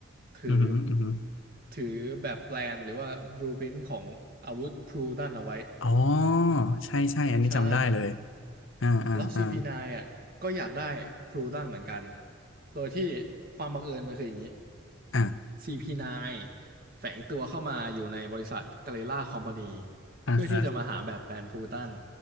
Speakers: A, on the right; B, on the left.
A: ถือ
B: อือฮึอือฮึ
A: ถือแบบแปลนหรือว่าบลูพรินท์ของอาวุธพลูตันเอาไว้
B: อ๋อใช่ใช่อันนี้จำได้เลย
A: ใช่
B: อ่าอ่าอ่า
A: แล้ว CP9 อ่ะก็อยากได้พลูตันเหมือนกันโดยที่ความบังเอิญมันคืออย่างนี้
B: อ่า
A: CP9 แฝงตัวเข้ามาอยู่ในบริษัทกาเลล่าคอมพานี
B: อ่าฮะ
A: เพื่อที่จะมาหาแบบแปลนพลูตัน